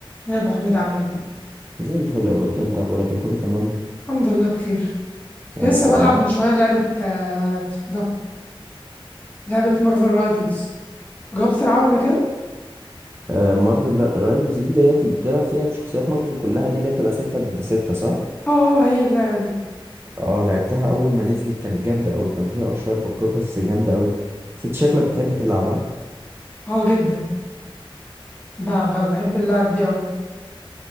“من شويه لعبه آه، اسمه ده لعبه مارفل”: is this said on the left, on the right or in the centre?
Left